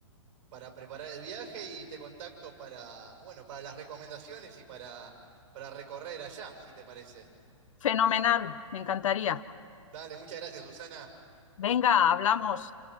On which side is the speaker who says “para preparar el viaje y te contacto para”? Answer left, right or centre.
Right